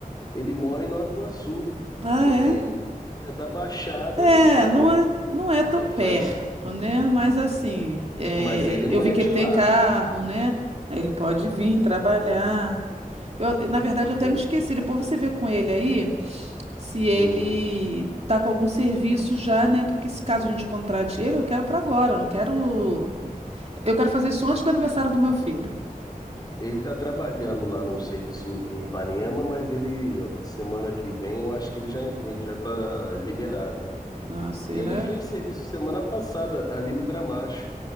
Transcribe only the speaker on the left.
ele mora em Nova Iguaçu.
Quer
dizer, ele, ele é da Baixada
e vai,
Só
faz.
Mas ele não
é
de
lá.
Ele,
hum,
ele tá trabalhando lá num serviço em Ipanema, mas ele, semana que vem, eu acho que ele já, ele já tá liberado.
E ele fez serviço semana passada, ali no Gramacho,